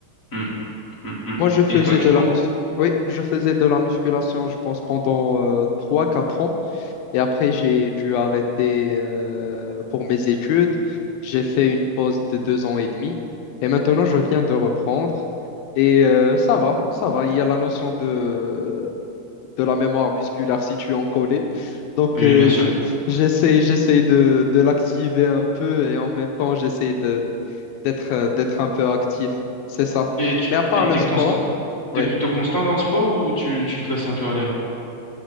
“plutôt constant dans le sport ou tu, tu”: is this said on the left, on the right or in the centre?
Left